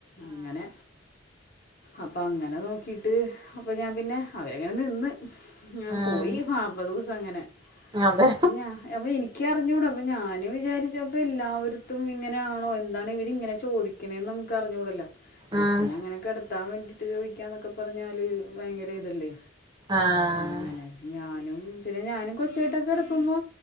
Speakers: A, on the left; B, on the right.
A: അങ്ങനെ അപ്പ അങ്ങനെ നോക്കിട്ട് അപ്പൊ ഞാൻ പിന്നെ അവരെങ്ങനെ നിന്ന് ഞാൻ
B: ഉം
A: പോയി നാപ്പത് ദിവസം അങ്ങനെ
B: അതെ
A: അപ്പ ഞാൻ അ എനിക്ക് എനിക്കറിഞ്ഞൂട അപ്പൊ ഞാനും വിചാരിച്ചപ്പം എല്ലാവർത്തും ഇങ്ങനെയാണോ എന്താണ് ഇവരി ങ്ങനെ ചോദി കനേന്ന് നമുക്കറിഞ്ഞൂടല്ല കൊച്ചിന
B: ഉം
A: ങ്ങനെ കിടത്താൻ വേണ്ടിയിട്ട് ചോദിക്കാ എന്നൊക്കെ പറഞ്ഞാല് ഭയങ്കര ഇതല്ലേ
B: ആഹ്
A: അങ്ങനെ ഞാനും പിന്നെ ഞാനും കൊച്ചുട്ടൊക്കെ കിടക്കുമ്പോ